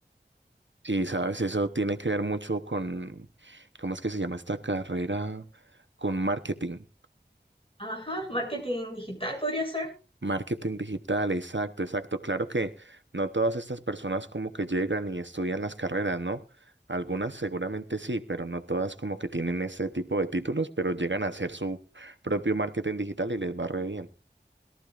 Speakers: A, on the right; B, on the left.
A: Y sabes, eso tiene que ver mucho con, ¿cómo es que se llama esta carrera? Con marketing.
B: Ajá, marketing digital podría ser.
A: Marketing digital, exacto, exacto. Claro que no todas estas personas como que llegan y estudian las carreras, ¿no? Algunas seguramente sí, pero no todas como que tienen este tipo de títulos, pero llegan a hacer su propio marketing digital y les va re bien.